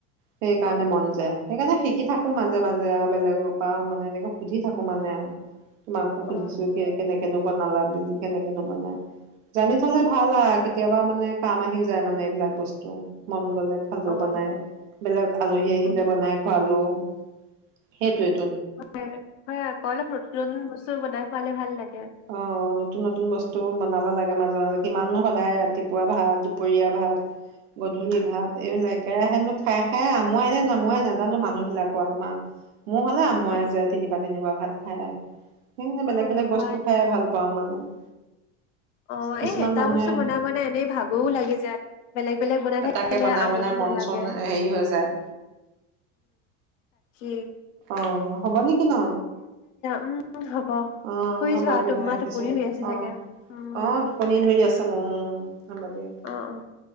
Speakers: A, on the right (about 80°); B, on the left (about 80°).
A: সেইকাৰণে
B: অ',
A: মন যায় সেইকাৰণে শিকি থাকোঁ মাজে মাজে আৰু। বেলেগৰ পাওঁ মানে এনেকা সুধি থাকো মানে তোমাকো সুধিছো
B: অ',
A: কে কেনেকে কেনো বনালা বিলি কেনেকেনো বনাই জানি থলে ভাল আৰু কেতিয়াবা মানে কাম আহি যায় মানে এইবিলাক বস্তু মন গলে খালো
B: অ',
A: বনাই বেলেগ আলহী আহিলে
B: উম,
A: বনাই খোৱালো <inaudible> সেইটোৱে
B: উম, হয় হয় আকৌ অলপ নতুন নতুন বস্তু চু বনাই খুৱালে ভাল লাগে।
A: অ নতুন নতুন বস্তু বনা বলাগে <unintelligible> মাজে মাজে কিমানু সদায় ৰাতিপুৱা ভাত দুপৰীয়া ভাত গ ধূলি ভাত
B: উম,
A: এইবিলাক একেৰাহেনো খাই খাই আমুৱাই নে নামোৱাই নাজানো মানুহ বিলাকৰ আমাৰ মোৰ হ'লে আমুৱাই
B: অ',
A: যায় তিনিবা তিনিবাৰ ভাত খাই। সেইহে বেলেগ
B: অ',
A: বেলেগ বস্তু
B: হয়
A: খাই
B: দিয়া।
A: ভাল পাওঁ মানে <inaudible>
B: অ
A: কিছুমান
B: এটা
A: মানুহে
B: বস্তু বনাই বনাই এনেই ভাগৰও লাগি যায় বেলেগ বেলেগ বনাই
A: এ
B: থাকিলে
A: তাকে বনাই
B: আমনি
A: বনাই মন
B: নালাগে।
A: চন হেৰি হৈ যায়
B: ই
A: অ হ'ব <unintelligible> <unintelligible>
B: উম, হ'ব
A: অ
B: শুই
A: হ'ব
B: যোৱা
A: দিয়া
B: তোমাৰ
A: ৰাখিছো
B: টোপনি হৈ আছে
A: অ
B: চাগে উম,
A: অ টোপনি
B: হ'ব
A: ধৰি আছে মোৰ উম হ'ব দিয়া
B: অ', অ',